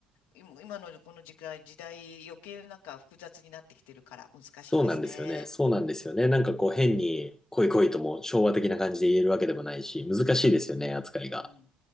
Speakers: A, on the left (about 75°); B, on the left (about 15°).
A: 今今のこの時代、時代余計なんか複雑になってきてるから難しいですね。
B: そうなんですよね。そうなんですよね。
A: うん。
B: なんかこう、変に、来い来いとも昭和的な感じで言えるわけでもないし、難しいですよね、扱いが。
A: うん。